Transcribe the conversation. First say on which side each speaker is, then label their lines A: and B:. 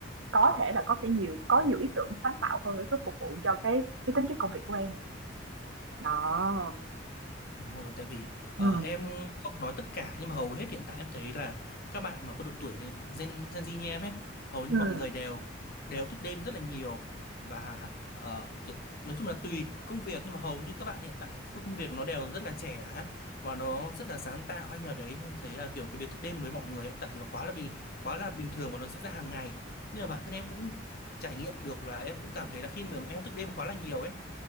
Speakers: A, on the right (about 80°); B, on the left (about 50°).
A: có thể là có sẽ nhiều có nhiều ý tưởng sáng tạo hơn để có phục vụ cho cái cái tính chất công việc của em đó
B: Đúng rồi, tại vì ờ,
A: ừ
B: em không nói tất cả nhưng mà hầu hết hiện tại em thấy là các bạn mà có độ tuổi Gen Gen Z như em ấy, hầu như
A: ừ
B: mọi người đều đều thức đêm rất là nhiều và ờ, kiểu nói chung là tùy công việc nhưng mà hầu như các bạn hiện tại các công việc nó đều rất là trẻ á, và nó rất là sáng tạo hay nhờ đấy em thấy là kiểu cái việc thức đêm với mọi người hiện tại là quá là bình quá là bình thường và nó diễn ra hàng ngày. Nhưng mà bản thân em cũng trải nghiệm được là em cũng cảm thấy là khi mà em thức đêm quá là nhiều ấy